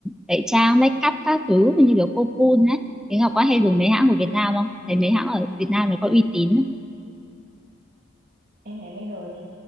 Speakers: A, in the centre; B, on the right.
A: tẩy trang make up các thứ như kiểu Cocoon ấy thế Ngọc có hay dùng mấy hãng của Việt Nam không thấy mấy hãng ở Việt Nam này có uy tín không?
B: Em thấy bây giờ thì